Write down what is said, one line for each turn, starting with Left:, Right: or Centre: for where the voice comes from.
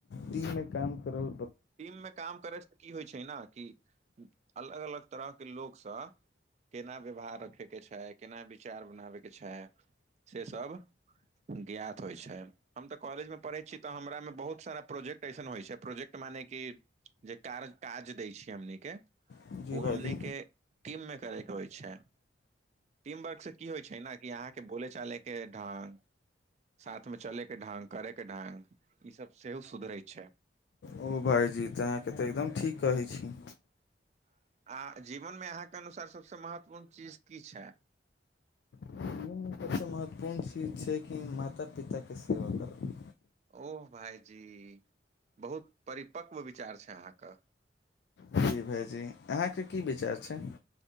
Left: टी मे काम करल
Right: टीममे काम करयसँ की होइ छै ने कि अलग अलग तरहके लोकसभ केना व्यवहार रखयके छै, केना विचार बनाबयके छै, से सभ ज्ञात होइ छै, हम तऽ कॉलेजमे पढ़ै छी तऽ हमरा मे बहुत सारा प्रोजेक्ट ऐसन होइ छै मने कि जे काज दै छै, हमनीके
Left: जी
Right: ओ
Left: भाइजी
Right: हमनीके टीममे करेके होइ छै टीम वर्कसँ की होइ छै ने अहाँके बोलचाल के ढंग, साथमे चले के ढंग, काज करे के ढंग ई सभ सेहो सुधरै छै
Left: ओ भायजी तऽ अहाँके तऽ एकदम ठीक कहै छी
Right: आ जीवनमे अहाँके अनुसार सभसँ महत्वपूर्ण चीज की छै।
Left: ई सभसँ महत्वपूर्ण चीज छै कि माता पिताके सेवा करू
Right: ओह भायजी, बहुत परिपक्व विचार छै अहाँके
Left: जी भायजी अहाँके की विचार छै